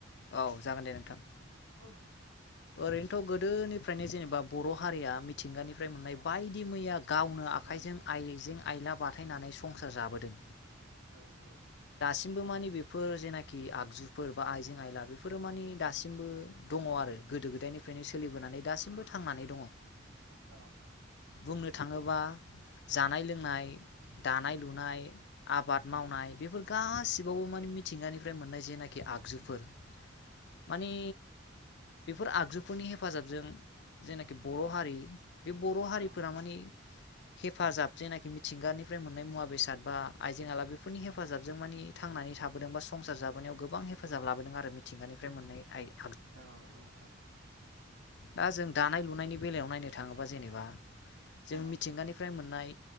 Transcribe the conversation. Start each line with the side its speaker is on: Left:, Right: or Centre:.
Left: औ जागोन दे नोंथां
Right: ओह
Left: ओरैनोथ' गोदोनिफ्रायनो जेनेबा बर' हारिया मिथ मिथिंगानिफ्राय मोननाय
Right: औ
Left: बायदि मैया गावनो आखाइजों
Right: औ
Left: आइजें आइला बाथायनानै संसार जाबोदों
Right: औ औ
Left: सिमबो मानि बेफोर जेनाखि आगजुफोर बा आइजें आयला बेफोरो मानि दासिमबो दङ आरो गोदो गोदायनिफ्रायनो सोलिबोनानै दासिमबो थांनानै दङ
Right: औ
Left: बुंनो थाङोबा जानाय लोंनाय दानाय
Right: उम
Left: लुनाय आबाद
Right: उम
Left: मावनाय बेफोर गासिबावबो
Right: उम
Left: माने मिथिंगानिफ्राय मोननाय जेनाखि
Right: औ
Left: आगजुफोर मानिे बेफोर आगजुफोरनि हेफाजाबजों जेनाखि बर' हारि बे बर' हारिफोरा
Right: औ
Left: माने हेफाजाब जेनाखि मिथिंगानिफ्राय मोननाय मुवा बेसाद बा आइजें आला बेफोरनि हेफाजाबजों मानि थांनानै। थाबोदों बा संसार जोनायाव गोबां हेफाजाब लाबोदों आरो मिथिंगानिफ्राय मोननाय आयदा।
Right: औ नंगौ नोंथां
Left: दा जों दानाय लुनायनि बेलायाव नायनो थाङोबा जेनेबा जों
Right: औ
Left: मिथिंगानिफ्राय मोन। नाय